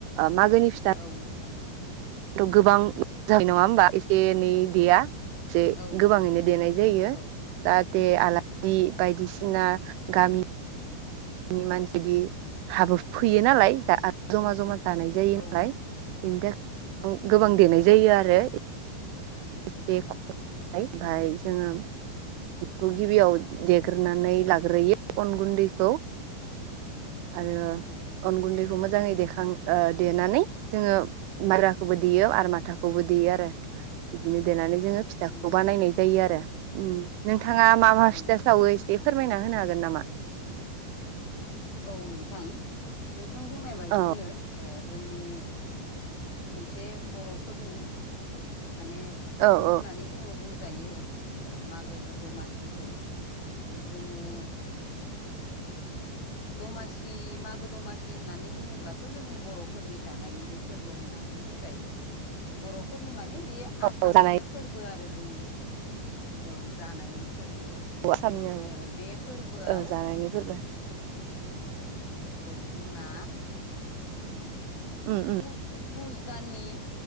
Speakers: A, on the right; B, on the left.
A: मागोनि फिथा
B: औ नोंथां
A: गोबां जानाय जायो नङा होमबा एसे एनै देया। से
B: औ नोंथां
A: गोबाङैनो
B: औ
A: देनाय जायो
B: औ
A: दा <unintelligible> आलासि बायदिसिना गामि नि मानसिदि हाबो फैयो नालाय आरो जमा जमा जानाय जायो
B: औ
A: नालाय। बेनि थाखाय
B: औ
A: गोबां
B: नोंथां
A: देनाय जायो आरो। एसे
B: औ
A: खमाय
B: नोंथां
A: बाय जोङो गिबियाव देग्रोनानै लाग्रोयो अन गुन्दैखौ। आरो
B: औ नोंथां
A: अन गुन्दैखौ मोजाङै दे खां ओ देनानै जोङो मायब्राखौबो देयो आरो माथाखौबो देयो आरो। बिदिनो देनानै जोङो फिथाखौ
B: औ नोंथां
A: बानायनाय जायो आरो नों नोंथाङा मा
B: औ
A: मा फिथा
B: नोंथां
A: सावो एसे फोरमायना होनो हागोन नामा।
B: औ नोंथां नोंथां बुंनाय बायदिनो
A: औ
B: ओ जोंनि मोनसे बर'फोरनि माने फोरबो
A: औ
B: होननानै
A: औ
B: जोङो बुं जायो ओ मागो दमासिखौ जोङो <unintelligible> दमासि मागो दमासि होननानै बुङोब्लाथ' जोंनि बर'फोरनि जानायनिनो फोर बो होननानै बुंजायो बर'फोरनि माने बेयो आसामनिनो
A: औ जानाय
B: फोरबो आरो जोंनि ओं जानायनि फोरबो
A: साननिनो
B: ओ बे फोरबोआव
A: औ जानायनि फोरबो
B: औ जोंना
A: उम उम
B: पु-पुस दाननि